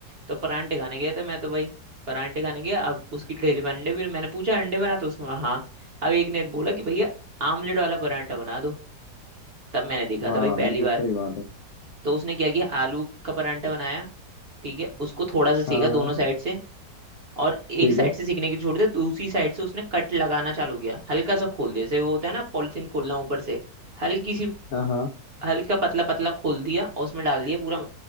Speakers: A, on the right (about 45°); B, on the left (about 80°).
A: तो परांठे खाने गया था मैं तो भाई परांठे खाने गया अब उसकी ठेली पर अंडे भी मैंने पूछा अंडे बना तो उसने बोला हाँ अब एक ने बोला कि भैया आमलेट वाला परांठा बना दो तब मैंने देखा
B: हाँ
A: था भाई पहली
B: बिल्कुल
A: बार
B: सही बात है
A: तो उसने क्या किया आलू का परांठा बनाया ठीक है उसको थोड़ा सा सेका
B: हाँ
A: दोनों
B: हाँ
A: साइड से और एक
B: ठीक
A: साइड
B: है
A: से सेकने की छोड़ दिया दूसरी साइड से उसने कट लगाना चालू किया हल्का सा खोल दिया जैसे वो होता है ना पॉलिथीन खोलना ऊपर से हल्की सी
B: हाँ हाँ
A: हल्का पतला पतला खोल दिया और उसमें डाल दिया पूरा